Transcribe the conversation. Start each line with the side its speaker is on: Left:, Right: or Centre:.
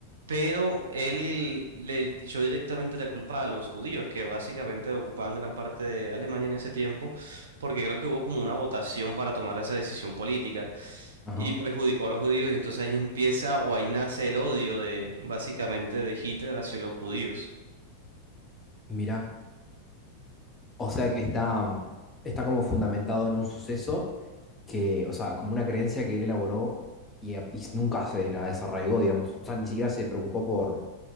Right: pero él le echó directamente la culpa a los judíos, que básicamente ocupaban gran parte de Alemania en ese tiempo, porque creo que hubo como una votación para tomar esa decisión política
Left: ajá.
Right: y perjudicó a los judíos, y entonces ahí empieza o ahí nace el odio de básicamente de Hitler hacia los judíos.
Left: Mira, o sea que está, mm, está como fundamentado en un suceso que, o sea, como una creencia que él elaboró y, a- y nunca se la desarraigó, digamos. O sea, ni siquiera se preocupó por,